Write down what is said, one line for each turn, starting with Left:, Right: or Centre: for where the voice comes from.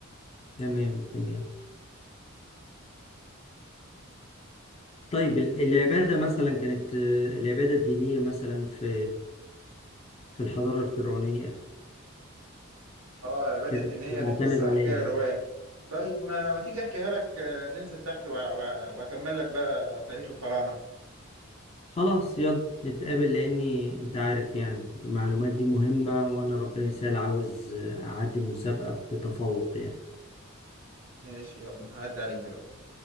Left: تمام تمام طيب ال- العبادة مثلا كانت آه، العبادة الدينية مثلا في في الحضارة الفرعونية
Right: اه العبادة
Left: كانت
Right: الدينية
Left: بتعتمد
Right: دي قصة
Left: على
Right: وحكاية
Left: إيه؟
Right: رواية طيب ما ما تيجي احكيها لك آه، ننزل تحت و- و- واكمل لك بقى تاريخ الفراعنة
Left: خلاص يلا نتقابل لاني انت عارف يعني المعلومات دي مهمة وانا ربنا يسهل عاوز اعدي المسابقة بتفوق يعني
Right: ماشي يلا هعدي عليك دلوقتي